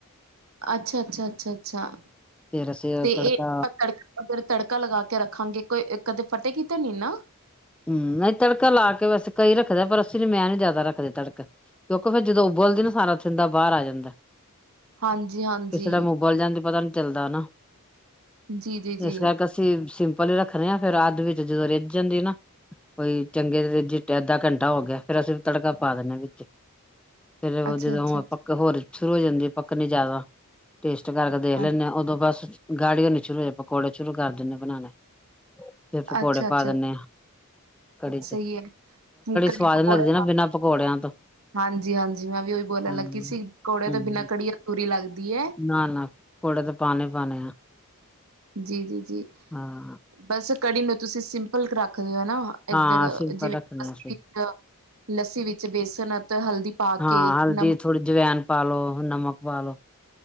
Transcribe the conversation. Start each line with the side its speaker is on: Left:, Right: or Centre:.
Right: ਅੱਛਾ ਅੱਛਾ ਅੱਛਾ ਅੱਛਾ,
Centre: ਫੇਰ ਅਸੀਂ ਉਹ
Right: ਤੇ ਇਹ
Centre: ਤੜਕਾ
Right: ਆਪਾਂ ਤੜਕਾ ਤੜਕਾ ਲਗਾ ਕੇ ਰੱਖਾਂਗੇ ਕੋਈ ਕਦੇ ਫਟੇਗੀ ਨੀ ਨਾ
Centre: ਹਮ, ਨਹੀਂ ਤੜਕਾ ਲਾ ਕੇ ਵੈਸੇ ਕਈ ਰੱਖਦੇ ਪਰ ਅਸੀਂ ਨ ਮੈਂ ਨੀ ਜ਼ਿਆਦਾ ਰੱਖਦੇ ਤੜਕਾ ਕਿਉਂਕਿ ਫਿਰ ਜਦੋਂ ਉਬਲਦੀ ਨਾ ਸਾਰਾ ਥਿੰਦਾ ਬਾਹਰ ਆ ਜਾਂਦਾ
Right: ਹਾਂਜੀ ਹਾਂਜੀ
Centre: ਕਿਸ ਟਾਈਮ ਉਬਲ ਜਾਂਦੀ ਪਤਾ ਨੀ ਚੱਲਦਾ ਨਾ।
Right: ਜੀ ਜੀ ਜੀ
Centre: ਇਸ ਕਰਕੇ ਅਸੀਂ ਸਿੰ ਪਹਿਲੇ ਰੱਖਦੇ ਆਾਂ ਫੇਿਰ ਅੱਧ ਵਿੱਚ ਜਦੋਂ ਰਿੱਝ ਜਾਂਦੀ ਨਾ ਕੋਈ ਚੰਗੇ ਅੱਧਾ ਘੰਟਾ ਹੋ ਗਿਆ ਫੇਿਰ ਅਸੀਂ ਵੀ ਤੜਕਾ ਪਾ ਦਿੰਦੇ ਹਾਂ ਵਿੱਚ ਫਿਰ
Right: ਅੱਛਾ
Centre: ਜਦੋਂ
Right: ਅੱਛਾ ਅੱਛਾ
Centre: ਪਕ ਹੋਰ ਸ਼ੁਰੂ ਹੋ ਜਾਂਦੇ ਆ ਪੱਕਨੀ ਜ਼ਿਆਦਾ ਟੇਸਟ ਕਰਕੇ ਦੇਖ
Right: ਹਾਂਜੀ
Centre: ਲੈਂਦੇ ਹਾਂ ਉਦੋਂ ਬਸ ਗਾੜੀਓਨੀ ਸ਼ੁਰੂ ਹੋ ਜਾ ਪਕੌੜੇ ਸ਼ੁਰੂ ਕਰ ਦਿੰਦੇੇ ਬਣਾਉਣੇ ਫਿਰ ਪਕੌੜੇ
Right: ਅੱਛਾ ਅੱਛਾ
Centre: ਪਾ ਦਿੰਦੇ ਹਾਂ ਕੜੀ
Right: ਸਹੀ
Centre: ਚ
Right: ਹੈ ਕੜੀ
Centre: ਸਵਾਦ
Right: ਪਕੌੜੇ
Centre: ਨੀ ਲੱਗਦੀ ਨਾ ਬਿਨਾਂ ਪਕੌੜਿਆਂ ਤੋਂ
Right: ਹਾਂਜੀ ਹਾਂਜੀ ਮੈਂ ਵੀ ਉਹੀ ਬੋਲਣ
Centre: ਹਾਂ
Right: ਲੱਗੀ ਸੀ ਪਕੌੜੇ
Centre: ਹਮ
Right: ਤੋਂ ਬਿਨਾਂ ਕੜੀ ਅਧੂਰੀ ਲੱਗਦੀ ਹੈ
Centre: ਨਾ ਨਾ ਪਕੌੜੇ ਤੇ ਪਾਣੇ ਪਾਣੇ ਆ
Right: ਜੀ ਜੀ ਜੀ
Centre: ਹਾਂ
Right: ਬਸ ਕੜੀ ਲਓ ਤੁਸੀਂ ਸਿੰਪਲ ਕਰਰਾ ਦੇ ਨਾ ਇਧਰ
Centre: ਹਾਂ ਸਿੰਪਲ
Right: ਜਿਵੇਂ
Centre: ਰੱਖਣੇ ਅਸੀਂ
Right: ਲੱਸੀ ਵਿੱਚ ਬੇਸਣ ਅਤੇ ਹਲਦੀ ਪਾ
Centre: ਹਾਂ
Right: ਕੇ
Centre: ਹਲਦੀ
Right: ਨਮਕ
Centre: ਥੋੜੀ ਜਵੈਨ ਪਾ ਲੋ ਨਮਕ ਪਾ ਲੋ